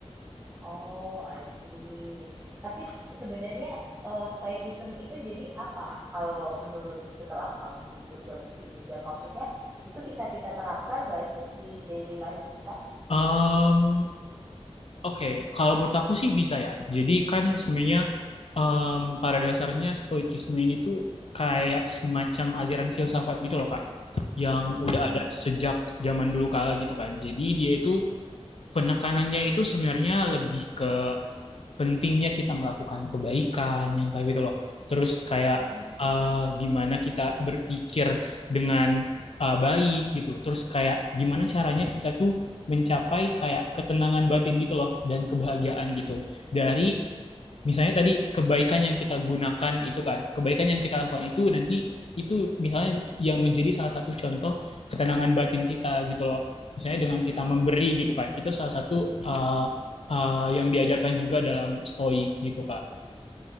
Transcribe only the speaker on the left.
Em, Oke, Kalau menurut aku sih bisa ya. Jadi kan sebenarnya em, pada dasarnya stoikisme ini tuh kayak semacam aliran filsafat gitu loh Kak, yang udah
ada sejak zaman dulu kala gitu kan. Jadi dia itu penekanannya itu sebenarnya lebih ke pentingnya kita melakukan kebaikan yang kayak gitu loh. Terus kayak
eh, gimana kita berpikir dengan eh, baik gitu. Terus kayak gimana caranya kita tuh mencapai kayak ketenangan batin gitu loh dan kebahagiaan gitu dari misalnya tadi kebaikan yang kita gunakan itu kan, kebaikan yang kita lakukan itu nanti itu misalnya yang menjadi salah satu contoh ketenangan batin kita gitu loh. Misalnya dengan kita memberi gitu kan, itu salah satu uh, uh, yang diajarkan juga dalam stoik gitu Kak.